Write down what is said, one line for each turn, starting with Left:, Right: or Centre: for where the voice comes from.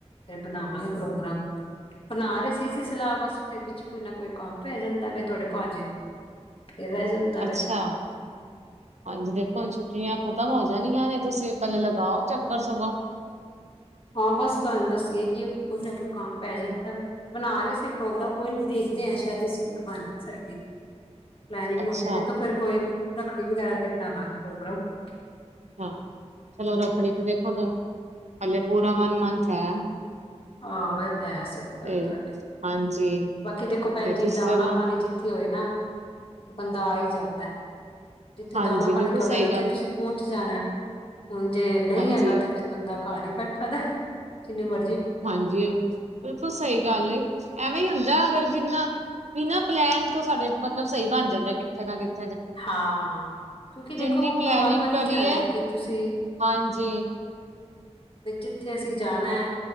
Left: ਇਹ ਬਣਾ ਵਾਂ ਪ੍ਰੋਗਰਾਮ ਬਣਾ ਰਹੇ ਸੀ ਅਸੀਂ ਸਲਾਹ ਬਸ ਫ ਵਿੱਚ ਕੋਈ ਨਾ ਕੋਈ ਕੰਮ ਪੈ ਜਾਂਦਾ ਵ ਤੁਹਾਡੇ ਭਾਜੇ ਨੂੰ ਤੇ ਰਹਿ ਜਾਂਦਾ ਵੇ।
Right: ਅੱਛਾ ਹਾਂਜੀ ਦੇਖੋ ਛੁੱਟੀਆਂ ਖਤਮ ਹੋ ਜਾਣੀਆਂ ਨੇ ਤੁਸੀਂ ਪਲੇ ਲਗਾਓ ਚੱਕਰ ਸਗੋਂ
Left: ਹਾਂ ਬਸ ਤੁਹਾਨੂੰ ਦੱਸੀਏ ਕਿ ਉਹ ਕੁਈ ਨਾ ਕੋਈ ਕੰਾਮ ਪੈ ਜਾਂਦਾ ਵ ਬਣਾ ਰਹੇ ਸੀ ਪ੍ਰੋਗਰਾਮ ਕੋਈ ਨੀ ਦੇਖਦੇ ਆ ਸ਼ਾਇਦ ਇਸਵੀਕ ਬਣ ਜਾਏ ਸਾਡੀ ਪਲਨਿੰਗ
Right: ਅੱਛਾ
Left: ਹੋ ਜਾ ਨੇ ਤਾਂ ਫਿਰ ਕੋਈ ਰੱਖੜੀ ਵਗੈਰਾ ਤੇ ਬਣਾਾਂਗੇ ਪ੍ਰੋਗਰਾਮ
Right: ਹ ਚਲੋ ਰੱਖੜੀ ਤੇ ਦੇਖੋ ਹਲੇੇ ਪੂਰਾ ਵਨ ਮੰਥ ਹੈ
Left: ਆਹੋ ਇਹ ਤਾਂ ਹੈ ਸਹੀ
Right: ਤੇ
Left: ਗੱਲ ਤੁਹਾਡੀ
Right: ਹਾਂਜੀ
Left: ਬਾਕੀ ਦੇਖੋ ਭੈਣ
Right: ਤੇ
Left: ਜੀ
Right: ਤੁਸੀਂ
Left: ਦਾਣਾ
Right: ਸਗੋਂ
Left: ਪਾਣੀ ਜਿੱਥੇ ਹੋਏ ਨਾ ਬੰਦਾ ਆ ਹੀ ਜਾਂਦਾ ਜਿੱਥੇ
Right: ਹਾਂਜੀ
Left: ਦਾਾਨ ਪਾਣੀ
Right: ਬਿਲਕੁਲ
Left: ਤੁਹਾਡਾ
Right: ਸਹੀ
Left: ਲਿਖਿਆ
Right: ਗੱਲ
Left: ਤੁਸੀਂ ਪਹੁੰਚ ਜਾਣਾ ਹੁਣ ਜੇ ਨਹੀਂ
Right: ਹਾਂਜੀ
Left: ਹੈਗਾ ਤੇ ਫਿਰ ਬੰਦਾ ਘਰ ਹੀ ਬੈਠਾ ਦਾ ਜਿਨਿ ਮਰਜੀ
Right: ਹਾਂਜੀ ਬਿਲਕੁਲ ਸਹੀ ਗੱਲ ਐਵੇਂ ਹੀ ਹੁੰਦਾ ਅਗਰ ਬਿਨਾ ਬਿਨਾਂ ਪਲੈਨ ਤੋਂ ਸਾਡੇ ਮਤਲਬ ਸਹੀ ਬਣ ਜਾਂਦਾ ਕਿੱਥੇ ਨਾ ਕਿਥ
Left: ਹਾਂ ਕਿਉਂਕਿ ਦੇਖੋ
Right: ਜਿੰਨੀ ਪਲੈਨਿੰਗ
Left: ਪਰਮਾਤਮਾ ਲਿਖਿਆ
Right: ਕਰੀਏ
Left: ਆਉਂਦਾ ਕਿ ਤੁਸੀਂ
Right: ਹਾਂਜੀ
Left: ਵੀ ਜਿੱਥੇ ਅਸੀਂ ਜਾਣਾ ਹੈ